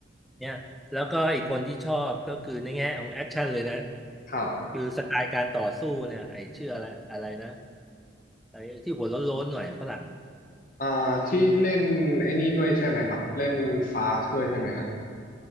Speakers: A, in the centre; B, on the left.
A: เนี่ยแล้วก็อีกคนที่ชอบก็คือในแง่ของแอคชั่นเลยนะ
B: ครับ
A: คือสไตล์การต่อสู้เนี่ยไอ้ชื่ออะไรอะไรนะไอ้ที่หัวโล้นๆหน่อยฝรั่ง
B: อ่าที่เล่นไอ้นี่ด้วยใช่ไหมครับเล่นฟาสด้วยใช่ไหมฮะ
A: ชื่อ